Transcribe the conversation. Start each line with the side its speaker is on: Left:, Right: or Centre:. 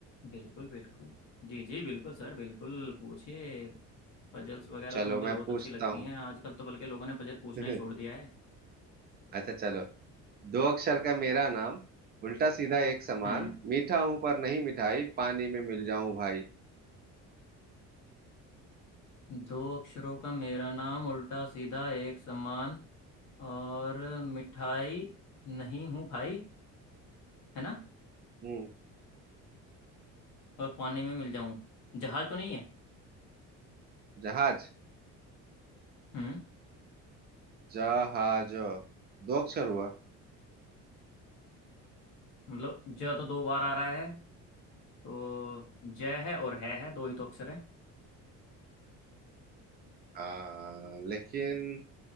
Left: बिल्कुल बिल्कुल जी जी बिल्कुल सर बिल्कुल पूछिए पजल्स वगैरह
Right: चलो
Left: तो मुझे
Right: मैं
Left: बहुत
Right: पूछता
Left: अच्छी लगती
Right: हूँ
Left: हैं आजकल तो बल्कि लोगों ने पजल पूछना
Right: <laughs>
Left: ही छोड़ दिया है
Right: अच्छा चलो दो अक्षर का मेरा नाम उल्टा सीधा एक समान
Left: हम्म
Right: मीठा हूं पर नहीं मिठाई पानी में मिल जाऊं भाई
Left: दो अक्षरों का मेरा नाम उल्टा सीधा एक समान और मिठाई नहीं हूँ भाई है ना
Right: हम्म
Left: और पानी में मिल जाऊं जहाज तो नहीं है
Right: जहाज
Left: हम्म
Right: जहाज दो अक्षर हुआ
Left: मतलब ज तो दो बार आ रहा है तो ज है और है है दो ही तो अक्षर है
Right: आ, लेकिन